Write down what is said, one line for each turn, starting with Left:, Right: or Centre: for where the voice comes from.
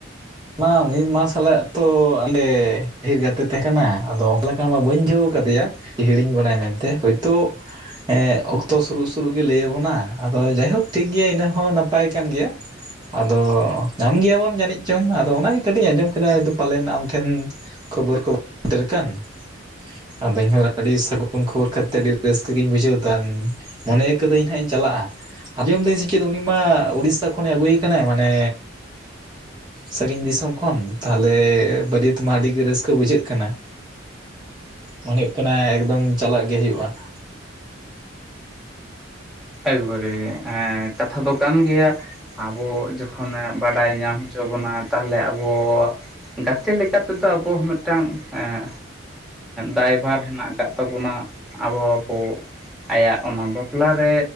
Right: ᱢᱟ ᱩᱱᱤ ᱢᱟ ᱥᱟᱞᱟᱜ ᱛᱚ ᱟᱞᱮ ᱰᱷᱮᱨ ᱜᱟᱛᱮ ᱛᱟᱦᱮᱸ ᱠᱟᱱᱟ ᱟᱫᱚ ᱚᱱᱠᱟ ᱞᱮᱠᱟ ᱢᱟ ᱵᱟᱹᱧ ᱵᱩᱡᱷᱟᱹᱣ ᱠᱟᱫᱮᱭᱟ ᱾ ᱦᱤᱲᱤᱧ ᱵᱚᱱᱟᱭ ᱢᱮᱱᱛᱮ ᱦᱳᱭᱛᱳ ᱮᱸ ᱚᱠᱛᱚ ᱥᱩᱨᱩᱜ ᱥᱩᱨᱩᱜ ᱜᱮ ᱞᱟᱹᱭ ᱟᱵᱚᱱᱟ ᱟᱫᱚ ᱡᱟᱭᱦᱳᱠ ᱴᱷᱤᱠ ᱜᱮᱭᱟ ᱤᱱᱟᱹ ᱦᱚᱸ ᱱᱟᱯᱟᱭ ᱠᱟᱱ ᱜᱮᱭᱟ ᱾ ᱟᱫᱚ ᱧᱟᱢ ᱜᱮᱭᱟᱵᱚᱱ ᱡᱟᱹᱱᱤᱡ ᱰᱚᱝ ᱟᱫᱚ ᱚᱱᱟᱜᱮ ᱠᱟᱹᱴᱤᱡ ᱤᱧ ᱟᱸᱡᱚᱢ ᱠᱮᱫᱟ ᱯᱟᱞᱮᱱ ᱟᱢ ᱴᱷᱮᱱ ᱠᱷᱚᱵᱚᱨ ᱠᱚ ᱥᱮᱴᱮᱨ ᱟᱠᱟᱱ ᱾ ᱟᱫᱚ ᱤᱧᱦᱚᱸ ᱟᱹᱰᱤ ᱥᱟᱹᱜᱩᱱ ᱠᱷᱚᱵᱚᱨ ᱠᱟᱛᱮᱸᱫ ᱟᱹᱰᱤ ᱨᱟᱹᱥᱠᱟᱹ ᱜᱤᱧ ᱵᱩᱡᱷᱟᱹᱣ ᱛᱟᱦᱮᱱ ᱢᱚᱱᱮ ᱠᱟᱹᱫᱟᱹᱧ ᱦᱟᱸᱜ ᱤᱧ ᱪᱟᱞᱟᱜᱼᱟ ᱾ ᱟᱸᱡᱚᱢᱫᱟᱹᱧ ᱥᱮ ᱪᱮᱫ ᱩᱱᱤ ᱢᱟ ᱩᱲᱤᱥᱟ ᱠᱷᱚᱱᱮ ᱟᱹᱜᱩᱭᱮ ᱠᱟᱱᱟᱭ ᱢᱟᱱᱮ ᱥᱟᱺᱜᱤᱧ ᱫᱤᱥᱚᱢ ᱠᱷᱚᱱ ᱛᱟᱦᱞᱮ ᱵᱟᱹᱨᱭᱟᱹᱛ ᱢᱟ ᱟᱹᱰᱤ ᱜᱮ ᱨᱟᱹᱥᱠᱟᱹ ᱵᱩᱡᱷᱟᱹᱜ ᱠᱟᱱᱟ ᱾ ᱢᱚᱱ ᱦᱩᱭᱩᱜ ᱠᱟᱱᱟ ᱮᱠᱫᱚᱢ ᱪᱟᱞᱟᱜ ᱜᱮ ᱦᱩᱭᱩᱜᱼᱟ ᱾
Centre: ᱮᱠᱵᱟᱨᱮ ᱦᱮᱸ ᱠᱟᱛᱷᱟ ᱫᱚ ᱠᱟᱱ ᱜᱮᱭᱟ ᱾ ᱟᱵᱚ ᱡᱚᱠᱷᱚᱱᱮ ᱵᱟᱰᱟᱭ ᱧᱟᱢ ᱦᱚᱪᱚ ᱵᱚᱱᱟ ᱛᱟᱦᱚᱞᱮ ᱟᱵᱚ ᱜᱟᱛᱮ ᱞᱮᱠᱟ ᱛᱮᱫᱚ ᱟᱵᱚ ᱢᱤᱫᱴᱟᱝ ᱮᱸ ᱫᱟᱭᱵᱷᱟᱨ ᱦᱮᱱᱟᱜ ᱟᱠᱟᱫ ᱛᱟᱵᱚᱱᱟ ᱟᱵᱚ ᱠᱚ ᱟᱭᱟᱜ ᱚᱱᱟ ᱵᱟᱯᱞᱟ ᱨᱮ